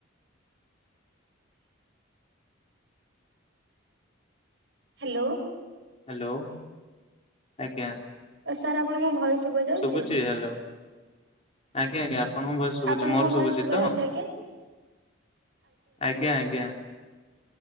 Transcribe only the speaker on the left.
।
ହ୍ୟାଲୋ ଆଜ୍ଞା।
ଶୁଭୁଛି ହ୍ୟାଲୋ ଆଜ୍ଞା ଆଜ୍ଞା। ଆପଣ ଭଏସ ଶୁଭୁଛି
ମୋର
ଶୁଭୁଛି
ତ।
ଆଜ୍ଞା ଆଜ୍ଞା।